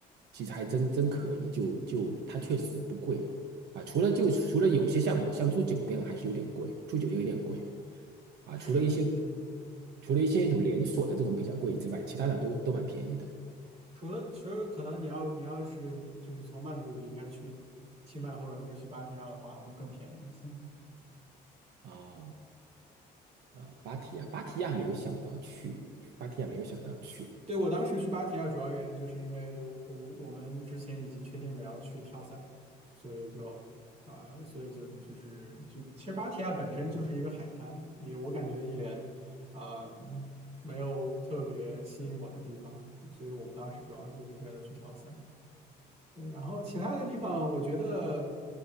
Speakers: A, on the right; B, on the right.
A: 其实还真真可以，就就它确实不贵啊。除了就除了有些项目，像住酒店还是有点贵，住酒店有点贵啊。
B: 是的，
A: 除了一些
B: 是的。
A: 除了一些那种连锁的这种比较贵之外，其他的都都蛮便宜的
B: 除了其实可能你要你要是离就是从曼谷离开去清迈或者是去芭提雅的话，会更便宜一些。
A: 啊啊。芭提雅，芭提雅没有想到去，芭提雅没有想到去
B: 对，我当时去芭提雅主要原因就是因为我我们之前已经确定了要去跳伞，所以就啊、呃所以就就是就其实芭提雅本身就是一个海滩，也我感觉也嗯、没有特别吸引我的地方，所以我们当时主要就是为了去跳伞。嗯，然后其他的地方，我觉得，